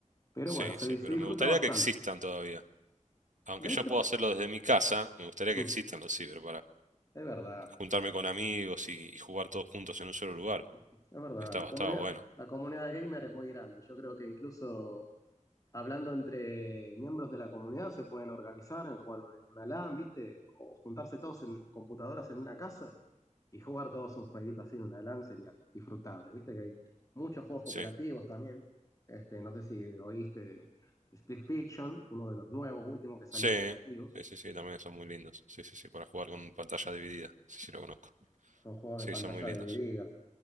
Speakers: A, on the left; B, on the right.
A: Pero
B: Sí,
A: bueno, se,
B: sí,
A: di-
B: pero
A: se disfruta
B: me gustaría
A: bastante.
B: que existan todavía. Aunque
A: De
B: yo
A: hecho,
B: puedo hacerlo desde mi casa, me gustaría
A: <laughs>
B: que existan los ciber
A: es verdad,
B: juntarme con amigos y, y jugar todos juntos en un solo lugar.
A: es verdad,
B: Estaba,
A: la comunidad,
B: estaba bueno.
A: la comunidad gamer es muy grande. Yo creo que incluso hablando entre miembros de la comunidad, se pueden organizar en jugar en una LAN, ¿viste? O juntarse todos en computadoras en una casa y jugar todos un jueguito así en una LAN sería disfrutable, ¿viste? Que hay muchos juegos cooperativos
B: Sí,
A: también. Este, no sé si oíste de Split Fiction, uno de los nuevos, últimos que salió
B: sí,
A: cooperativo.
B: sí, sí, sí, también son muy lindos. Sí, sí, sí, para jugar con pantalla dividida. Sí, sí, lo conozco.
A: Son juegos
B: Sí,
A: de pantalla
B: son muy lindos.
A: divididas.